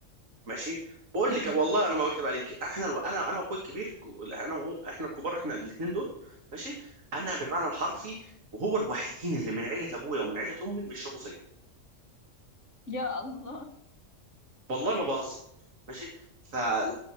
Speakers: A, on the right; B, on the left.
A: ماشي بقول
B: مم.
A: لك والله انا ما بكذب عليكي احنا الو... انا انا واخويا الكبير انا وهو احنا الكبار احنا الاثنين دول ماشي انا بالمعنى الحرفي وهو الوحيدين اللي من عيله ابويا ومن عيله امي بيشربوا سجاير
B: يا الله
A: والله ما بهزر ماشي فلا